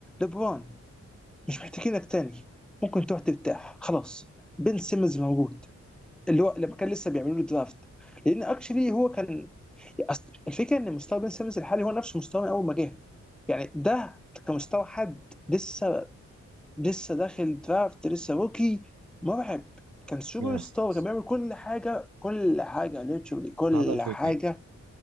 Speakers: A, in the centre; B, on the right.
A: لبرون مش محتاجينك تاني ممكن تروح ترتاح خلاص بن سيمنز موجود اللي هو لما كان لسه بيعملوا له درافت لان اكشلي هو كان أصل الفكره ان مستوى بن سيمنز الحالي هو نفس مستوى اول ما جه يعني ده كمستوى حد لسه لسه داخل درافت لسه روكي مرعب كان سوبر
B: يس
A: ستار كان بيعمل كل حاجه كل حاجه ليتشولي كل
B: هذا شوتنج
A: حاجه